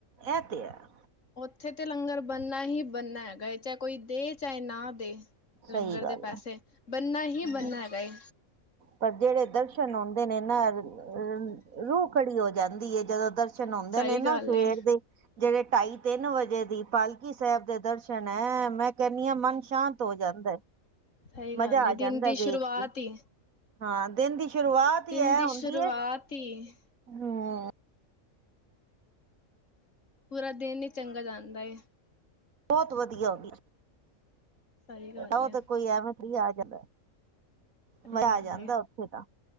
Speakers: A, on the right; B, on the left.
A: ਐਹ ਤੇ ਹੈ।
B: ਉੱਥੇ ਤੇ ਲੰਗਰ ਬਣਨਾ ਹੀ ਬਣਨਾ ਹੈਗਾ ਏ ਚਾਹੇ, ਕੋਈ ਦੇ ਚਾਹੇ ਨਾ ਦੇ ਲੰਗਰ
A: ਸਹੀ ਗੱਲ
B: ਦੇ ਪੈਸੇ ਬਣਨਾ ਹੀ ਬਣਨਾ
A: ਹੈ
B: ਹੈਗਾ ਵੇ।
A: ਪਰ ਜੇੜੇ ਦਰਸ਼ਨ ਹੋਂਦੇ ਨੇ ਨਾ ਰੂਹ ਖੜੀ ਹੋ ਜਾਂਦੀ ਹੈ ਜਦੋਂ ਦਰ <unintelligible>
B: ਸਈ ਗੱਲ ਏ।
A: ਜੇੜੇ ਢਾਈ ਤਿੰਨ ਵਜੇ ਦੀ ਪਾਲਕੀ ਸਾਹਿਬ ਦੇ ਦਰਸ਼ਨ ਹੈ ਮੈਂ ਕਹਿੰਨੀ ਆ ਮਨ ਸ਼ਾਂਤ ਹੋ ਜਾਂਦਾ ਹੈ।
B: ਸਹੀ ਗੱਲ
A: ਮਜ਼ਾ
B: ਏ
A: ਆ ਜਾਂਦਾ
B: ਦਿਨ ਦੀ ਸ਼ੁਰੂਆਤ
A: ਵੇਖ ਕੇ
B: ਈ,
A: ਹਾਂ ਦਿਨ ਦੀ ਸ਼ੁਰੂਆਤ
B: ਦਿਨ
A: ਹੀ ਇਹ
B: ਦੀ
A: ਹੁੰਦੀ
B: ਸ਼ੁਰੂਆਤ
A: ਹੈ
B: ਈ,
A: ਹਮ
B: ਪੂਰਾ ਦਿਨ ਈ ਚੰਗਾ ਜਾਂਦਾ ਏ।
A: ਬਹੁਤ ਵਧੀਆ ਹੋ ਗਈ।
B: ਸਹੀ ਗੱਲ
A: ਉਹ
B: ਏ
A: ਤੇ ਕੋਈ ਐਵੇਂ <unintelligible> ਆ ਜਾਂਦਾ
B: ਸਹੀ
A: ਮਜ਼ਾ
B: ਗੱਲ
A: ਆ ਜਾਂਦਾ
B: ਏ
A: ਓਥੇ ਤਾਂ।